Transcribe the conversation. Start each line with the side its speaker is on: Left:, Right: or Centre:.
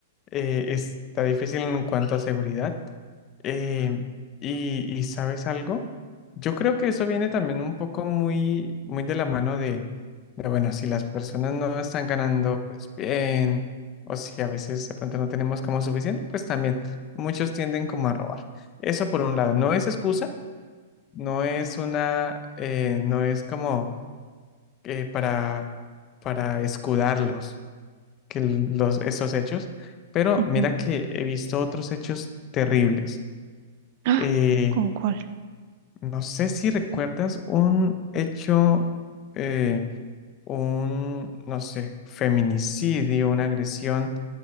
Left: eh, está difícil en cuanto a seguridad. Eh, y, y ¿sabes algo? Yo creo que eso viene también un poco muy, muy de la mano de, de, bueno, si las personas no están ganando, pues bien, o si a veces de pronto no tenemos como suficiente, pues también muchos tienden como a robar. Eso por un lado, no es excusa, no es una, eh, no es como eh, para, para escudarlos que los, estos hechos, pero
Right: Ujú.
Left: mira que he visto otros hechos terribles.
Right: <gasps> Ah,
Left: Eh,
Right: ¿con cuál?
Left: no sé si recuerdas un hecho, eh, un, no sé, feminicidio, una agresión